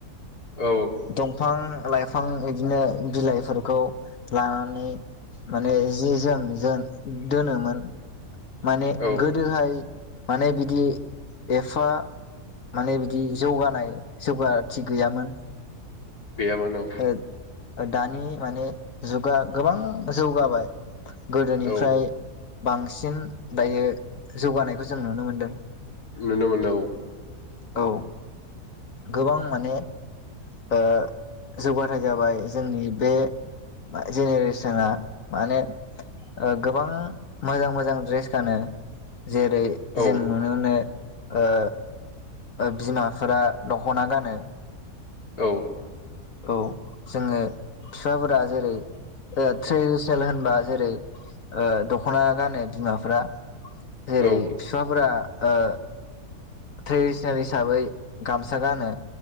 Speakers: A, on the left; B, on the left.
A: औ
B: <inaudible> दंफां लाइफां बिदिनो बिलाइफोरखौ लानानै माने जि जोम जों दोनोमोन माने
A: औ
B: गोदोहाय माने बिदि एफा माने बिदि जौगानाय जौगाथि गैयामोन
A: गैयामोन औ।
B: ओ दानि माने जुगा गोबां जौगाबाय गोदोनिफ्राय
A: औ
B: बांसि फिन दायो जौगानायखौ जों नुनो मोनदों।
A: नुनो मोनो औ।
B: औ गोबां माने ओ जौगाथाय जाबाय जोंनि बे जेनेरेसना माने ओ गोबां मोजां मोजां ड्रेस गानो जेरै
A: औ
B: जों नुनो मोनो ओ बिमाफोरा दख'ना गानो।
A: औ।
B: औ जोङो फिफाफोरा जेरै ट्रेडिसनेल होनबा जेरै दख'ना गानो बिमाफ्रा जेरै
A: औ
B: फिफाफोरा ओ ट्रेडिसनेल हिसाबै गामसा गानो।